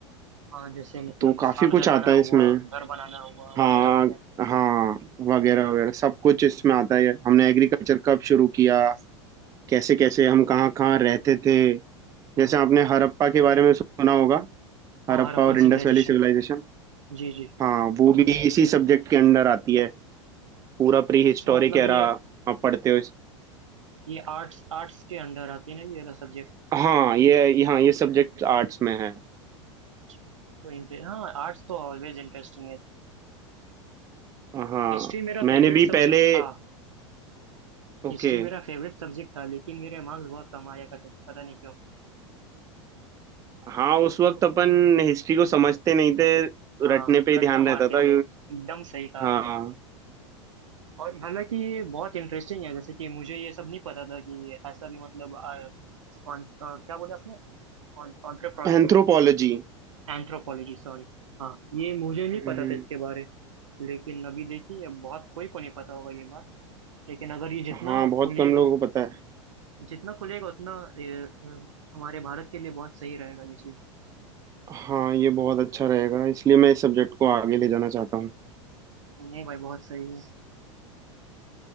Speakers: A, on the right; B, on the right.
A: हाँ जैसे मतलब
B: तो काफी
A: आग
B: कुछ
A: जलाना
B: आता
A: हुआ
B: है इसमें
A: घर बनाना हुआ
B: हाँ
A: वगैरह वगैरह
B: हाँ वगैरह वगैरह सब कुछ इसमें आता है हमने एग्रीकल्चर कब शुरू किया कैसे कैसे हम कहाँ कहाँ रहते थे
A: हम्म,
B: जैसे आपने हड़प्पा के बारे में सुना होगा हड़प्पा
A: हाँ हड़प्पन
B: और इंडस
A: सिविलाइजेशन
B: वैली सिविलाइजेशन
A: जी जी
B: हाँ वो भी इसी सब्जेक्ट के अंदर आती है पूरा प्री
A: अच्छा
B: हिस्टोरिक
A: मतलब
B: एरा
A: ये
B: आप पढ़ते हो इस-
A: ये आर्ट्स आर्ट्स के अंडर आती है ना ये वाला सब्जेक्ट
B: हाँ ये ये- हाँ ये सब्जेक्ट आर्ट्स में है
A: अच्छा तब तो इंटर हाँ आर्ट्स तो ऑलवेज इंटरेस्टिंग है
B: हाँ
A: हिस्ट्री मेरा
B: मैंने
A: फेवरेट
B: भी
A: सब्जेक्ट
B: पहले
A: था
B: ओके
A: हिस्ट्री मेरा फेवरेट सब्जेक्ट था लेकिन मेरे मार्क्स बहुत कम आया करते थे पता नहीं क्यों
B: हाँ उस वक्त अपन हिस्ट्री को समझते नहीं थे
A: हाँ
B: रटने पे ही
A: रट्टा
B: ध्यान
A: मारते
B: रहता था
A: थे एकदम सही कहा
B: हाँ
A: आपने और हालांकि ये बहुत इंटरेस्टिंग है जैसे कि मुझे ये सब नहीं पता था कि ऐसा भी मतलब आ, कौन- अ, क्या बोले आपने
B: एंथ्रोपोलॉजी
A: Anthropology sorry हाँ ये मुझे नहीं
B: हम्म
A: पता था इसके बारे लेकिन अभी देखिए बहुत कोई को नहीं पता होगा ये बात लेकिन अगर ये जितना
B: हाँ बहुत
A: खुलेगा
B: कम लोगों को पता है
A: जितना खुलेगा उतना ये, अ, हमारे भारत के लिए बहुत सही रहेगा ये चीज
B: हाँ ये बहुत अच्छा रहेगा इसलिए मैं इस सब्जेक्ट को आगे ले जाना चाहता हूँ
A: नहीं भाई बहुत सही है